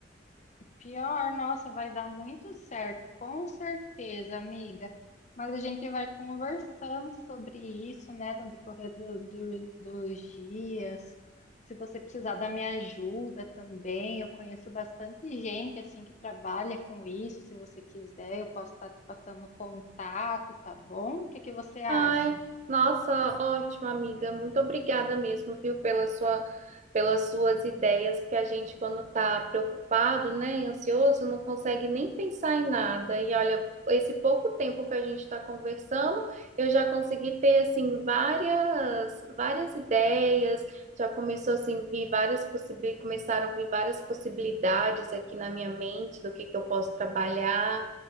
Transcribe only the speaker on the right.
Ai, nossa, ótimo, amiga. Muito obrigada mesmo, viu, pela sua, pelas suas ideias, porque a gente, quando está preocupado, né, e ansioso, não consegue nem pensar em nada. E olha, esse pouco tempo que a gente está conversando, eu já consegui ter, assim, várias, várias ideias, já começou, assim, vir várias possibi- começaram a vir várias possibilidades aqui na minha mente do que que eu posso trabalhar.